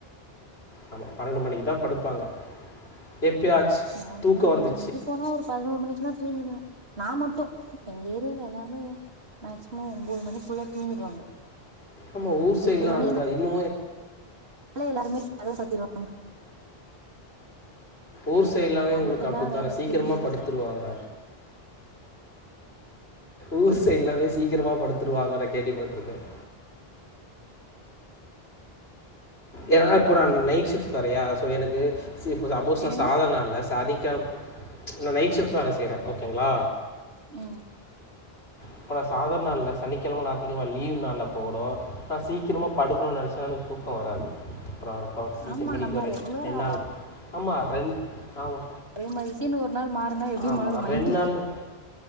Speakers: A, on the left; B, on the right.
A: ஆமா பன்ணென்டு மணிக்கு தா படுப்பாங்க எப்பியாச்
B: நாங்க
A: தூக்கோ
B: மிஞ்சி
A: வந்து
B: மிஞ்சி போனா ஒரு பதினோரு மணிக்குல்லா தூங்கிடுவே நா மட்டு எங்க ஏரியால எல்லாருமே மேக்சிமம் ஒம்போது மணிக்குள்ள தூங்கிடுவாங்க
A: ஆமா ஊர் சைட்ல்லா
B: எட்டு மணினாலே
A: அதுதா இன்னு
B: <inaudible> எல்லாருமே கதவு சாத்திடுவாங்க
A: ஊர் சைட் எல்லாமே
B: நான்
A: உங்களுக்கு
B: மட்டும்
A: அப்படித்தானே
B: தான் வேல பாத்துட்டு
A: சீக்கிரமாக
B: ஊரு
A: படுத்துருவாங்க ஊர் சைட் எல்லாமே சீக்கிரமா படுத்துருவாங்க நா கேள்விப்பட்ருக்கே ஆஹ ஏனா இப்போ நான் நைட் ஷிப்ட் வேறயா சோ எனக்கு சி இப்போ சப்போஸ்
B: என்னங்க
A: நா சாதாரண நாள்ல சனி கிளப் நா நைட் ஷிஃப்ட் வேல செய்யற ஓகேங்ளா
B: ம்
A: இப்ப நா சாதாரண நாள்ள சனிக்கிழம ஞாயித்துக்கிழம லீவ் நாள்ள போகனு நா சீக்கிரமா படுக்கணுனு நெனச்சாலு தூக்கோ வராது அப்பறோ பா சீக்கிர
B: ஆமா
A: மணிக்கு
B: நம்ம
A: வர
B: ரெகுலரா
A: டென் ஆகு ஆமா ரெண் ஆமா
B: அதே மாரி திடீர்னு ஒரு நாள் மாறுனா எப்டி
A: ஆமா
B: மாறு மைன்ட்டு
A: நாள்ல